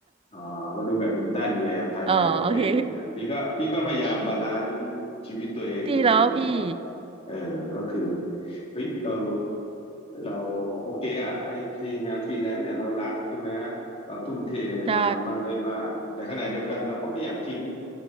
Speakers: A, on the left (about 30°); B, on the right (about 25°).
A: อ๋อก็ดูแบดมินตันไงไทยแลนด์โอเพ่นอย่างเงี้ยพี่ก็พี่ก็พยายามบาลานซ์
B: อ๋อโอเค
A: ชีวิตตัวเองนิดนึงไงว่า
B: <laughs> ตีแล้วพี่
A: เออก็คือเฮ้ยเราเราโอเคอ่ะไอไองานฟรีแลนซ์เนี่ยเรารักใช่ไหมเราทุ่มเทเราทำมากได้มากแต่ขณะเดียวกันเราก็ไม่อยากทิ้ง
B: ใช่